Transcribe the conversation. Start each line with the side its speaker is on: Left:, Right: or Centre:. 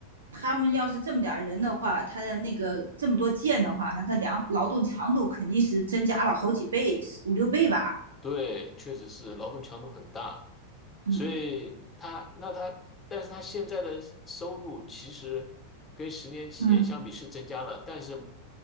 Right: 他们要是这么点儿人的话，他的那个这么多件的话，那他量劳动强度肯定是增加了好几倍，五六倍吧。
Left: 对，确实是劳动强度很大，
Right: 嗯
Left: 所以他那他，但是他现在的收入其实跟十年前相比是增加了，
Right: 嗯
Left: 但是